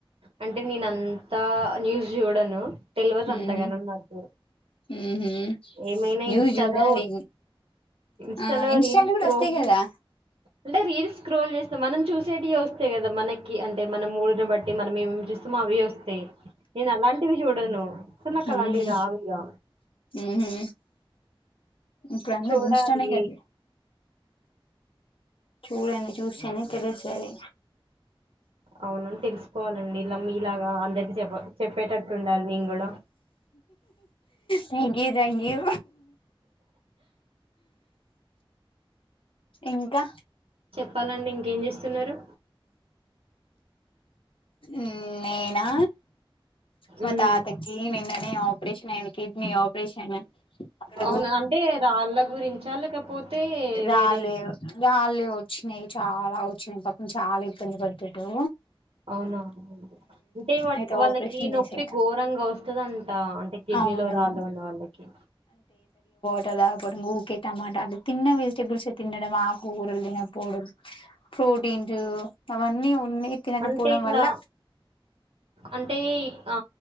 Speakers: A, on the right (about 85°); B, on the left (about 70°).
A: అంటే నేనంతా న్యూస్ చూడను తెలవదు అంతగనం
B: ఉహు
A: నాకు
B: ఉహు
A: ఏమైనా
B: న్యూస్
A: ఇన్స్టాలో
B: చూడాలి
A: ఇన్స్టలో
B: ఆ ఇన్స్టాలో
A: రీల్స్ స్క్రోల్
B: కూడా వస్తాయి
A: చేస్తుంటే
B: కదా
A: అంటే రీల్స్ స్క్రోల్ చేస్తాం మనం చూసేవి వస్తే కదా మనకి అంటే మనం ఊరిని బట్టి మనం ఏమ్ చూస్తామో అవి వస్తా య్ నేను అలాంటివి చూడను అసలు నాకు అలాంటివి
B: ఉహు
A: రావు ఇగా
B: ఉహు ఇప్పుడు అందరూ
A: చూడాలి
B: ఇంస్టానే కదా <unintelligible> చూస్తేనే తెలుస్తది
A: అవును తెలుసుకోవాలండి ఇలా మీలాగా అందరికి చెప్ప చెప్పేటట్టు ఉండాలి నేను కూడా
B: థ్యాంక్ యూ తథ్యాంక్ యూ ఇంకా
A: చెప్పాలండి ఇంకేం చేస్తున్నారు
B: ఊ నేనా మా
A: ఉమ్
B: తాత కి నిన్ననే ఆపరేషన్ అయింది కిడ్నీ ఆపరేషన్ అక్కడ
A: అవునా అంటే రాళ్ళ గురించా లేకపోతే
B: రాళ్లే
A: వేరే
B: రాళ్లే వచిన్నాయి చాలా వచ్చినయ్ పాపం చాలా ఇబ్బంది పడ్డడు
A: అవునా అంటే
B: అయితే
A: వాళ్ళకి
B: ఆపరేషన్ చేసేది
A: నొప్పి ఘోరంగా వస్తు స్తదంట అంటే కిడ్నీలో
B: అవునవును
A: రాళ్ళు ఉన్న వాళ్ళకి
B: <unintelligible> పోవడం ఊకే టమాటాలు తన్న వెజిటేబుల్స్ తినడం ఆకుకూరలు తినకపోవడం ప్రోటీన్లు అవన్నీ ఉన్నయ్ తినకపోవడం
A: అంటే ఇట్లా
B: వల్ల
A: అంటే అ